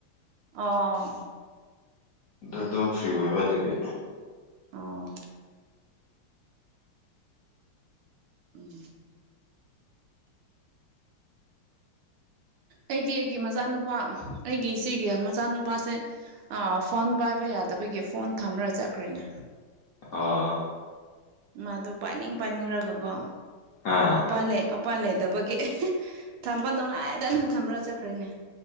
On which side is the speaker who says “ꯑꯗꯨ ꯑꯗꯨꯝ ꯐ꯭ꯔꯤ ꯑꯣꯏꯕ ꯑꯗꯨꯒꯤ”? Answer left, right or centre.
Left